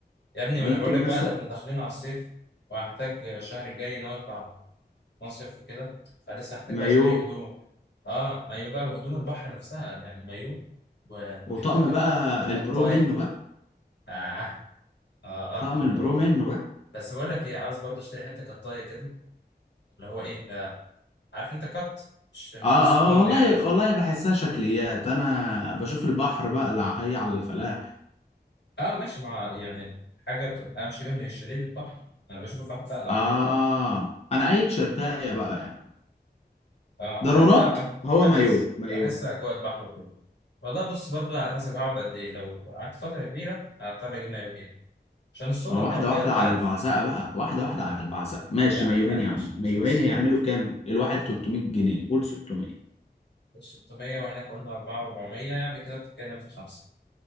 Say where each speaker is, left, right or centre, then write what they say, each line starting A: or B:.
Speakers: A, on the left; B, on the left.
A: يا ابني
B: ممكن
A: ما انا بقول لك
B: مثلا
A: بقى ده احنا داخلين على الصيف وهحتاج الشهر الجاي نرفع مصيف وكده فلسه هحتاج
B: مايو
A: بقى اشتري هدوم اه مايو بقى وهدوم البحر نفسها يعني مايو و-
B: وطقم
A: وحته كت-
B: بقى البرو
A: كطايه
B: منه بقى
A: اه اه
B: طقم
A: اه من
B: البرو
A: برو
B: منه بقى
A: بس بقول لك ايه عاوز برضه اشتري حته كطايه كده اللي هو ايه ده عارف انت قط مش مش
B: آه
A: نص كم
B: آه والله
A: يعني عشان
B: والله بحسها شكليات أنا بشوف البحر بقى اللي هي على الفلاح
A: اه ماشي مع يعني حاجه تبقى شبه من الشاليه للبحر انا بشوف البحر بقلع برضه
B: آه أنا أي تيشرتاية بقى يعني
A: اه
B: ضرورات
A: لا لا بح-
B: هو
A: بحس
B: مايو مايو
A: بحس اجواء البحر وكده والله بص برضو على حسب هقعد قد ايه لو قعدت فتره كبيره هضطر اجيب مايو عشان الصور
B: ما واحدة
A: بقى وكده
B: واحدة
A: انت
B: على
A: عارف
B: البعزقة بقى واحدة واحدة على البعزقة ماشي
A: يا
B: مايوهين
A: يا عم
B: يا عم
A: عشان
B: مايوهين
A: عشان الصور
B: هيعملوا كام؟ الواحد 300 جنيه قول 600
A: 600 وهناك قلنا 4 400 يعني كده بتتكلم في 5